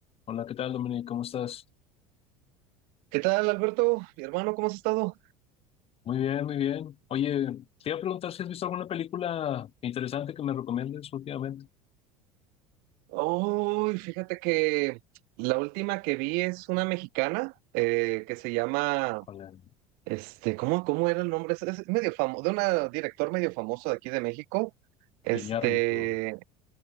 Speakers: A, on the left; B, on the right.
A: Hola, ¿qué tal, Dominic? ¿Cómo estás?
B: ¿Qué tal, Alberto? Mi hermano, ¿cómo has estado?
A: Muy bien, muy bien. Oye, te iba a preguntar si has visto alguna película interesante que me recomiendes últimamente.
B: Uy, fíjate que la última que vi es una mexicana eh, que se llama,
A: Con el
B: este, ¿cómo, cómo era el nombre? Es, es medio famoso, de una director medio famoso de aquí de México. Este,
A: Iñárritu.